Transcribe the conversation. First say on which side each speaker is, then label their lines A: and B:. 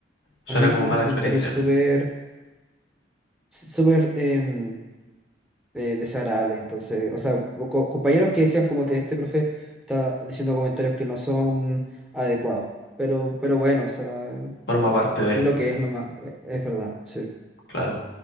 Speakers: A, on the left; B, in the centre.
A: Suena
B: también
A: como
B: como
A: mala
B: unos comentarios
A: experiencia.
B: súper, súper, em, eh, desagradable. Entonces, o sea, o co- compañeros que decían como que este profe está diciendo comentarios que no son adecuados. Pero, pero bueno, o sea, eh,
A: Forma parte de,
B: es lo que
A: sí,
B: es nomás, eh, es verdad, sí.
A: claro.